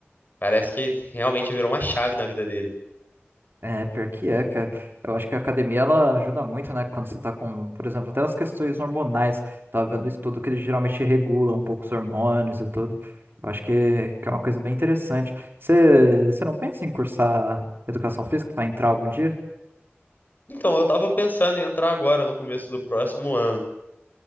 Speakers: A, on the left; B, on the right.
A: Parece que realmente virou uma chave na vida dele.
B: É, pior que é, cara. Eu acho que a academia ela ajuda muito, né? Quando você tá com, por exemplo, até nas questões hormonais. Tava vendo isso tudo que eles geralmente regulam um pouco os hormônios e tudo. Eu acho que, que é uma coisa bem interessante. Você, você não pensa em cursar educação física para entrar algum dia?
A: Então, eu tava pensando em entrar agora no começo do próximo ano.